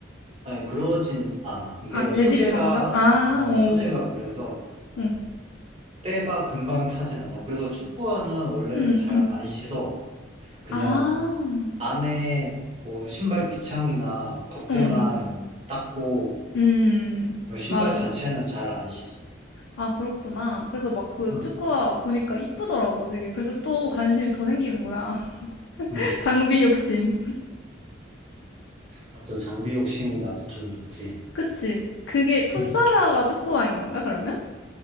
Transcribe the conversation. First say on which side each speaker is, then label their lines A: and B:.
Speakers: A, on the right; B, on the left.
A: 아니, 그러진 않아. 이게
B: 아 재질이
A: 소재가,
B: 다른가? 아,
A: 어,
B: 오,
A: 소재가 그래서,
B: 응,
A: 때가 금방 타진 않아. 그래서 축구화는 원래
B: 음,
A: 잘 안 씻어. 그냥
B: 아,
A: 안에 뭐 신발 밑창이나 겉에만
B: 응, 응,
A: 그냥 닦고
B: 음,
A: 신발
B: 맞아.
A: 자체는 잘 안 씻어.
B: 아 그렇구나. 그래서 막 그
A: 음,
B: 축구화 보니까 이쁘더라고 되게. 그래서 또 관심이 더 생기는 거야. <laughs>
A: 음.
B: 장비 욕심.
A: 맞아. 장비 욕심이 나도 좀 있지.
B: 그치. 그게 풋사라가
A: 응.
B: 축구화인 건가, 그러면?